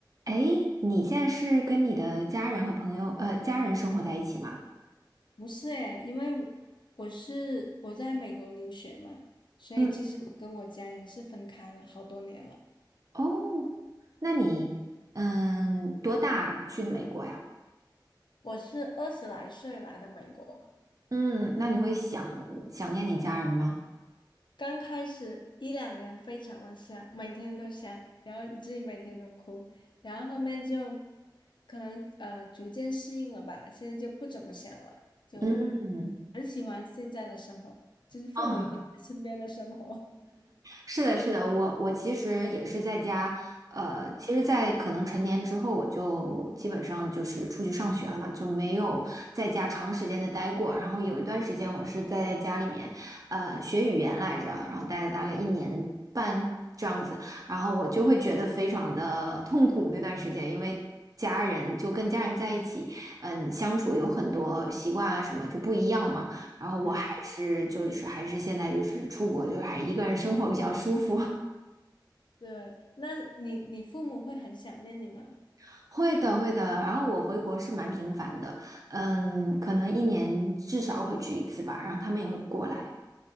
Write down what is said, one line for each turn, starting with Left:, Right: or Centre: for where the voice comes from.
Right: 哎，你现在是跟你的家人和朋友，呃，家人生活在一起吗？
Left: 不是诶，因为我我是我在美国留学嘛，所以其实我跟我家人是分开了好多年了。
Right: 嗯哦，那你，嗯，多大去的美国呀？
Left: 我是二十来岁来的美国，
Right: 嗯，那你会想想念你家人吗？
Left: 刚开始一两年非常的想，每天都想，然后以至于每天都哭，然后后面就可能呃逐渐适应了吧，现在就不怎么想了，就
Right: 嗯，
Left: 很喜欢现在的生活，就是父母不在身边的生活。
Right: 哦，是的，是的，我我其实也是在家，呃，
Left: <laughs> 嗯
Right: 其实，在可能成年之后，我就基本上就是出去上学了嘛，就没有在家长时间的待过。然后有一段时间，我是在家里面，呃，学语言来着，然后待了大概一年半这样子。然后我就会觉得非常的痛苦那段时间，因为家人就跟家人在一起，嗯，相处有很多习惯啊什么就不一样嘛。然后我还是就是还是现在就是出国，
Left: 嗯。
Right: 就是还是一个人生活比较舒服。
Left: 对，那你你父母会很想念你吗？
Right: <laughs> 会的，会的。然后我回国是蛮频繁的，嗯，可能一年至少会去一次吧。然后他们也会过来。